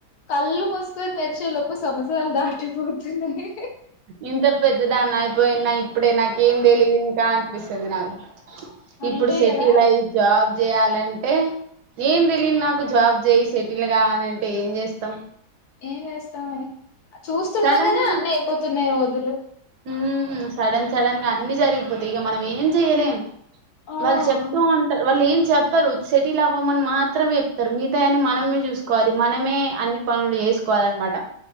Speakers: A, on the left; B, on the right.
A: కళ్ళు మూసుకొని తెరిచేలోపు ఇప్పుడు సంవత్సరాలు దాటిపోతున్నాయి
B: ఇంత పెద్ద దానీ అయిపోయిన ఇప్పుడే నాకి ఏం తెలీదు ఇంకా అనిపిస్తుంది <unintelligible>
A: అంతే
B: ఇప్పుడు సెటిల్
A: కదా
B: అయ్యి జాబ్ చేయాలంటే ఏం తెలియదు నాకు జాబ్ చేయి సెటిల్ గా అని అంటే ఏం చేస్తాం
A: ఏం వేస్తావే చూస్తుండగానే
B: సడన్
A: అన్న అయిపోతున్నాయి రో ఎల్లు
B: హుమ్ సడన్ సడన్ గా అన్ని జరిగిపోతే ఇక మనం ఏం జేయలేము
A: ఆ
B: వాళ్ళు చెప్తూ ఉంటారు వాళ్ళు ఏం చెప్పరు సెటిల్ అవ్వమని మాత్రమే చెప్తారు మిగతాయి అని మనమే చూసుకోవాలి మనమే అన్ని పనులు చేసుకోవాల అన్నమాట